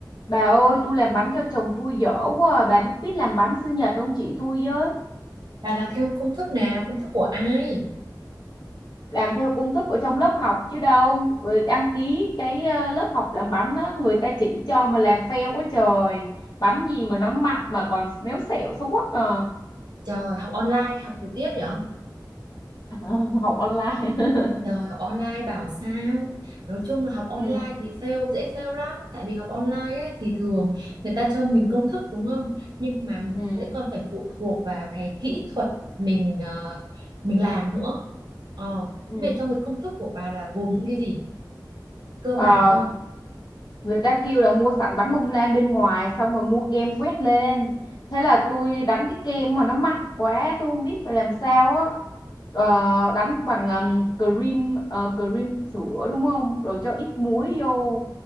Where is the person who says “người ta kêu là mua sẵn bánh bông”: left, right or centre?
Left